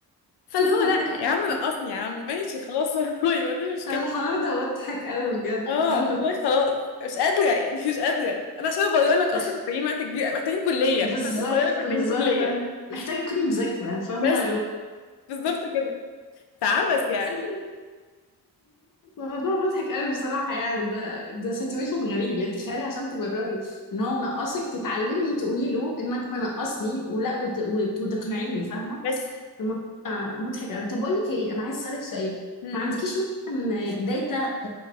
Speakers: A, on the left; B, on the left.
A: فاللي
B: <laughs>
A: هو لا يا عم نقصني يا عم ماشي خلاص <laughs> والله ما فيش مشكله
B: الحوار ده مضحك قوي بجد
A: اه
B: الحوار
A: والله
B: ده
A: خلاص مش قادره يعني مش قادره انا عشان ابرر لك اصلا
B: مضحك
A: محتاجين وقت كبير محتاجين كليه
B: بالظبط
A: عشان ابرر لك محتاجين
B: بالظبط
A: كليه
B: محتاجة تكوني مذاكرة فاهمة
A: بس بالظبط كده فعبس يعني
B: <laughs> موضوع مضحك قوي بصراحة يعني ده ده سيتويشن غريب يعني تخيلي عشان تبرري ان هو منقصك تتعلمي تقولي له انك منقصني ولا وت- وت- وتقنعيني فاهمة
A: بس
B: الموضوع مضحك قوي طب بقول لك ايه انا عايز اسألك سؤال
A: مم.
B: ما عندكيش مثلا داتا